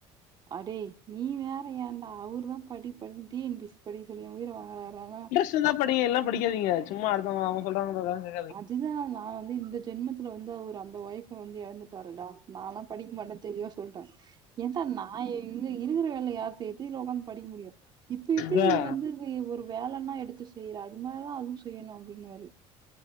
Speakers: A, on the right (about 35°); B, on the left (about 80°).
A: அடேய் நீ வேற ஏன்டா அவுரு தா படி படி டி என் பி சி படிக்க சொல்லி எ உயிர வாங்கறாரானா
B: தா படிங்க இல்லனா படிக்காதீங்க சும்மா அடுத்தவங்க அவுங்க சொல்றாங்கறதுக்காக
A: அதுதா நா வந்து இந்த ஜென்மத்துல வந்து அவுர் அந்த ஒய்ஃப வந்து எழந்துட்டாருடா நால்லா படிக்க மாட்டே தெளிவா சொல்ட்டே ஏந்தா நா இங்க இருக்கிற வேல யார் செய்றது படிக்க முடியும் இப்ப எப்படி
B: இதான்
A: நீ வந்து இது ஒரு வேலைன்னா எடுத்து செய்யற அது மாதிரிதான் அதுவும் செய்யணும் அப்படின்னு வாரு